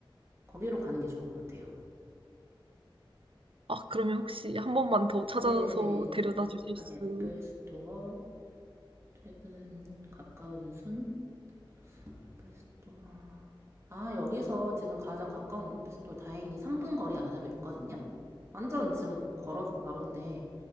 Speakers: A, on the right; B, on the right.
A: 거기로 가는 게 좋을 것 같아요.
B: 아, 그러면 혹시 한 번만 더 찾아서
A: 네네네.
B: 데려다 주실
A: 아,
B: 수?
A: 애플 스토어, 최근 가까운 순, 애플 스토어. 아, 여기서 지금 가장 가까운 애플 스토어 다행히 3분 거리 안으로 있거든요? 완전 지금 걸어서 바로인데,